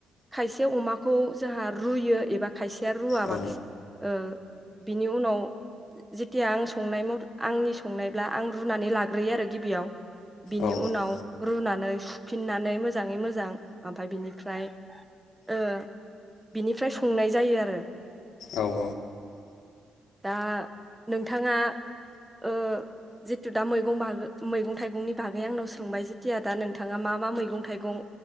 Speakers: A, in the centre; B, on the left.
A: खायसे अमा। खौ जोंहा रुयो एबा खायसेया रुवा
B: औ
A: बांसिन
B: ओ
A: ओ बिनि उनाव। जेथिया आं संनाय आंनि संनायब्ला आं रुनानै लाग्रोयो आरो गिबियाव। बिनि
B: औ
A: उनाव रुनानै सुफिननानै मोजाङै मोजां ओमफ्राय बिनिफ्राय। ओ। बिनिफ्राय संनाय जायो आरो
B: औ जेनेबा आं खोन्थानायनि बागै
A: <inaudible> दा नोंथाङा ओ। जिथु दा मैगं बाग मैगं थाइगंनि बागै आंनाव सोंबाय जेथिया दा नोंथाङा मा मा मैगं थाइगं।